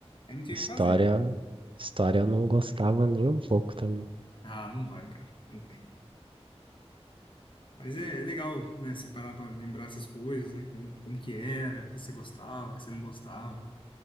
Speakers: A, on the left; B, on the right.
A: Aí não tinha
B: História,
A: o que fazer.
B: história eu não gostava nem um pouco também.
A: Ah, não vai, cara. Não vai. Mas é, é legal, né? Você parar para lembrar essas coisas, né? Como, como que era, o que você gostava, o que você não gostava.